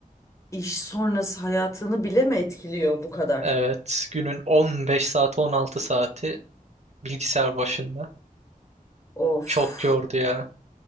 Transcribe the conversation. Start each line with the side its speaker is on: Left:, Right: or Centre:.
Left: iş sonrası hayatını bile mi etkiliyor bu kadar?
Right: Evet, günün 15 saati 16 saati bilgisayar başında.
Left: Of.
Right: Çok yordu ya.